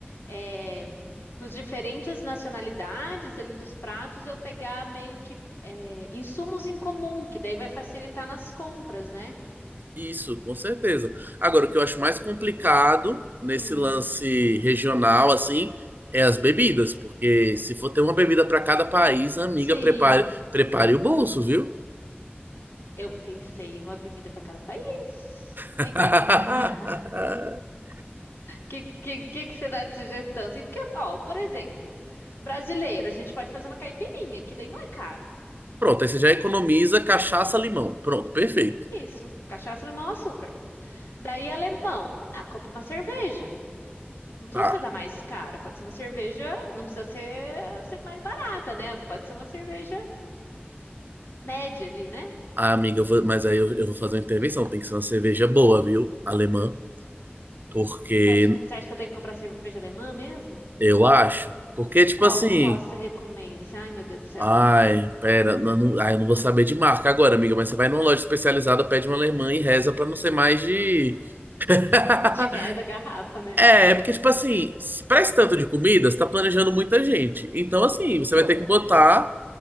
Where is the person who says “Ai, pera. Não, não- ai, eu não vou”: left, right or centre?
Right